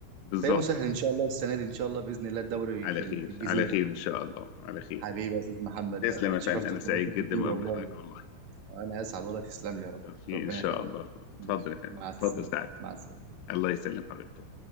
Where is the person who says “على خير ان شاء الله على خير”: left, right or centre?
Left